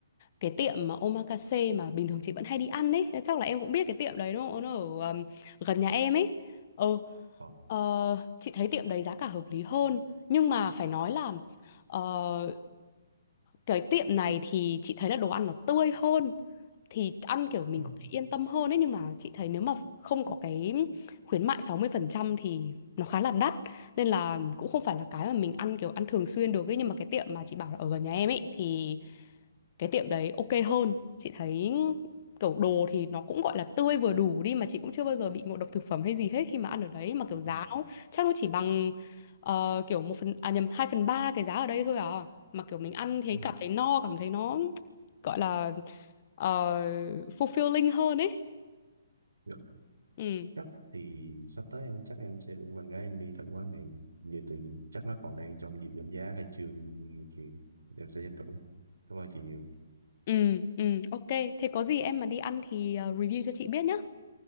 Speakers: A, on the left; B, on the right.
A: cái tiệm mà omakase mà bình thường chị vẫn hay đi ăn ấy, chắc là em cũng biết cái tiệm đấy đúng không? Nó ở um, gần nhà em ấy. Ừ,
B: ờ
A: ờ, chị thấy tiệm đấy giá cả hợp lý hơn nhưng mà phải nói là ờ, cái tiệm này thì chị thấy là đồ ăn nó tươi hơn thì ăn kiểu mình
B: ờ,
A: cũng yên tâm hơn ấy nhưng mà chị thấy nếu mà không có cái khuyến mại 60% thì nó khá là đắt nên là cũng không phải là cái mà mình ăn kiểu ăn thường xuyên được ấy nhưng mà cái tiệm mà chị bảo là ở gần nhà em ấy thì cái tiệm đấy ok hơn chị thấy kiểu đồ thì nó cũng gọi là tươi vừa đủ đi mà chị cũng chưa bao giờ bị ngộ độc thực phẩm hay gì hết khi mà ăn ở đấy mà kiểu giá
B: ờ,
A: nó chắc nó chỉ bằng ờ, kiểu một phần à nhầm 2 phần ba cái giá ở đây thôi à mà kiểu mình ăn thấy
B: ờ.
A: cảm thấy no cảm thấy nó gọi là ờ, fulfilling hơn ấy
B: Dạ.
A: ừ
B: chắc thì sắp tới em chắc em sẽ rủ bạn gái em đi tham quan này như tự nhiên chắc nó còn đang trong dịp giảm giá khai trương này kia em sẽ tranh thủ cảm ơn chị nhiều
A: ừ ừ ok thế có gì em mà đi ăn thì ờ, review cho chị biết nhá